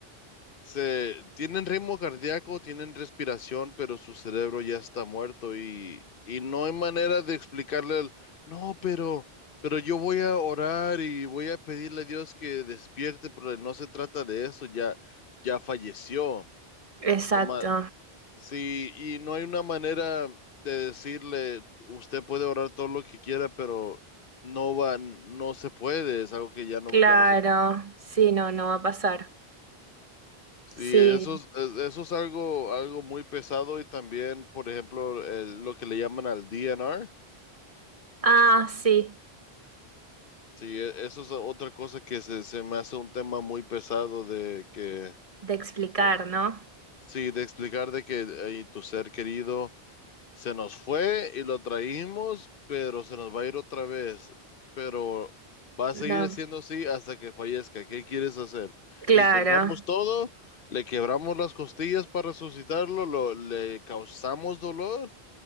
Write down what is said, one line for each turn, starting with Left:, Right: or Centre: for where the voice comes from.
Left: se tienen ritmo cardíaco, tienen respiración, pero su cerebro ya está muerto y, y no hay manera de explicarle el, no, pero, pero yo voy a orar y voy a pedirle a Dios que despierte, pero no se trata de eso, ya, ya falleció.
Right: Exacto.
Left: No ma- sí, y no hay una manera de decirle, usted puede orar todo lo que quiera, pero no va, no se puede, es algo que ya no,
Right: Claro.
Left: ya no se
Right: Sí, no, no va a pasar.
Left: Sí,
Right: Sí,
Left: eso es, es- eso es algo, algo muy pesado y también, por ejemplo, el- lo que le llaman al DNR.
Right: ah, sí,
Left: Sí, e- eso es otra cosa que se, se me hace un tema muy pesado de que,
Right: de explicar,
Left: o-
Right: ¿no?
Left: sí, de explicar de que eh, tu ser querido se nos fue y lo traímos, pero se nos va a ir otra vez, pero va a
Right: No,
Left: seguir siendo así hasta que fallezca. ¿Qué quieres hacer?
Right: claro,
Left: Intentamos todo. Le quebramos las costillas para resucitarlo, lo- le causamos dolor